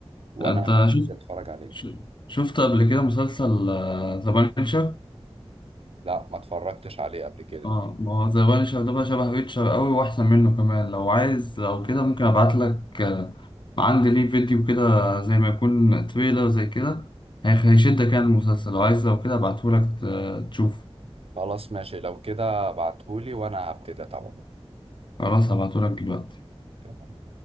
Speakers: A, on the right; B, on the left.
A: وأنا
B: انت
A: هبتدي
B: شفت
A: أتفرج عليه
B: شو- شفت قبل كده مسلسل ذا بانشر
A: لا ما اتفرجتش عليه قبل كده
B: اه ما هو ذا بانشر ده بقى شبه ريتشر قوي واحسن منه كمان لو عايز لو كده ممكن ابعت لك آه، عندي ليه فيديو كده زي ما يكون تريلر زي كده هيخ- هيشدك يعني المسلسل لو عايز لو كده ابعته لك تشوف
A: خلاص ماشي لو كده ابعتهولي وأنا هبتدي طبعا
B: خلاص هبعته لك دلوقتي
A: تمام.